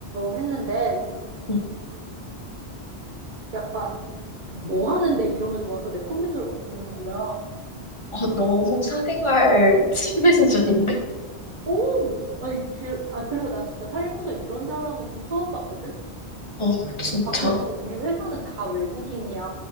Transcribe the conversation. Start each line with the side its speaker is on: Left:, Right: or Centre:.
Right: 했는데
Left: 응.
Right: 약간 뭐 하는데 이러면서 와서 내 컴퓨터를 막 보는 거야.
Left: 어, 너무 사생활 <laughs> 침해 수준인데?
Right: 오! 아니, 제- 아, 그래서 난 진짜 살면서 이런 사람은 좀 처음 봤거든?
Left: 어, 진짜.
Right: 아, 그리고 우리 회사는 다 외국인이야.